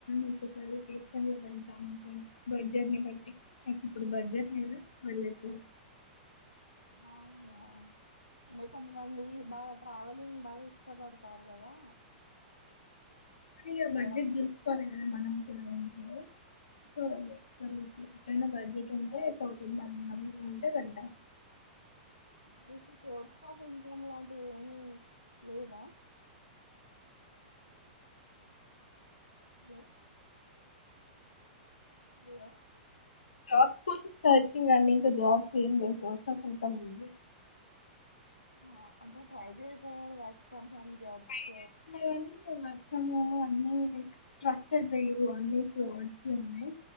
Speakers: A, on the left; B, on the left.
A: ఒక్కోసారి తీసుకెళ్లమంటంమండి బడ్జెట్ ని బట్టి నాకిప్పుడు బడ్జెట్ లేదు వెళ్ళట్లేదు
B: అవునా అంటే కొంత మంది బాగా ట్రావెలింగ్ బాగా ఇష్టపడతారు కదా
A: అయ్యయ్యో
B: తిరగడం
A: బడ్జెట్ చూసుకోలేదు మనం కూడా ఉండుంటే సో <inaudible> ఏమన్నా బడ్జెట్ ఉంటే
B: సోర్స్
A: పోకుండా
B: ఆఫ్
A: అవివు టే వెంట
B: మీకు సోర్స్ ఆఫ్ ఇన్కమ్ లాంటివి ఏమీ లేదా హలో హలో
A: జాబ్ కోసం సెర్చింగ్ అండి ఇంకా జాబ్స్ ఏమీ లేవు సోర్స్ అఫ్ ఇన్కమ్ లేదు
B: ఆ అంటే ట్రై చెయ్యకపోయారు work from home jobs
A: try చేస్తున్నా కానీ వర్క్ ఫ్రం హోం అన్నీ ట్రస్టెడ్ లేవు అన్నీ ఫ్రాడ్స్ ఉన్నయ్